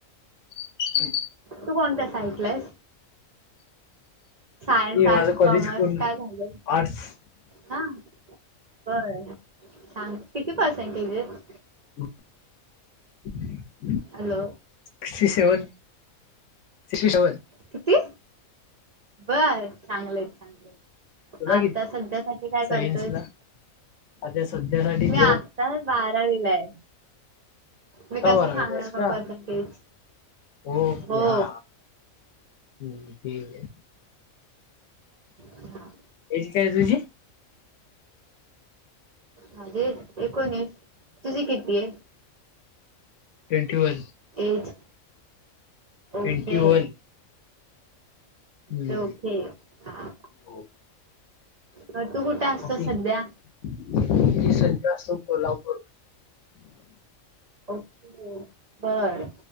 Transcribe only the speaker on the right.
तू कोणत्या साइट ला आहेस? सायन्स,
आर्ट,
कॉमर्स
काय झालय?
हा. बरं सांग किती पर्सेंटेज आहेत?
Hello
किती बर. चांगले हायत चांगलंय.
आता
सध्यासाठी काय
करतोयस?
मी
आत्ता बारावीला हाय. मी
कसं
सांगणार मग
पर्सेंटेज.
हो
हा.
माझी एकोणीस तुझी किती ए?
Age
okay
ते ओके हा
मग तू कुठे असतो
सध्या
ओके अ. बर